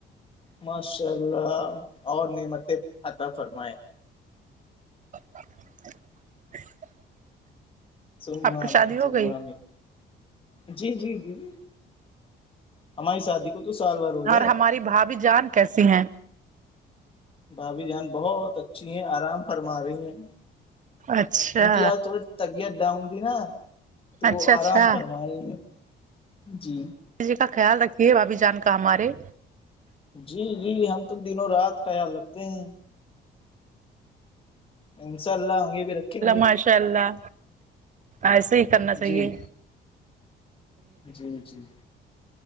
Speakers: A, on the left; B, on the right.
A: ماشاء اللہ اور نے مت آتا فرمائے
B: <inaudible>
A: چم
B: آپ
A: میں
B: کی شادی ہو
A: چمم
B: گئی
A: میں جی جی جی ہماری شادی کو تو سال بھر ہو گئے
B: اور ہماری بھابھی جان کیسی ہیں
A: بھابھی جان بہت اچھی ہیں آرام فرما رہی ہیں
B: اچھا
A: ان کی یاد تھڑ طبیعت ڈاؤن تھی نا تو وہ
B: اچھا اچھا
A: آرام فرما رہی ہے جی
B: جی کا خیال رکھیے بھابھی جان کا ہمارے
A: جی جی ہم تو دنوں رات خیال رکھتے ہیں انشاء اللہ آگے بھی رکھیں گے
B: ماشاء اللہ ایسے ہی کرنا چاہیے
A: جی جی جی